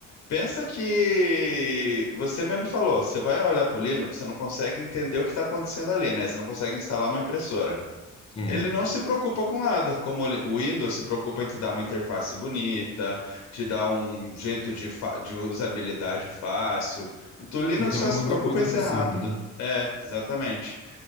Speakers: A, on the left; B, on the left.
A: Pensa que você mesmo falou, você vai olhar para o Linux, você não consegue entender o que está acontecendo ali, né? Você não consegue instalar uma impressora.
B: Sim.
A: Ele não se preocupa com nada, como o Li- o Windows se preocupa em te dar uma interface bonita, te dar um jeito de, fa- de usabilidade fácil. Então, o Linux
B: Então
A: só
B: é
A: se
B: muita
A: preocupa
B: coisa
A: em ser
B: por cima.
A: rápido. É, exatamente.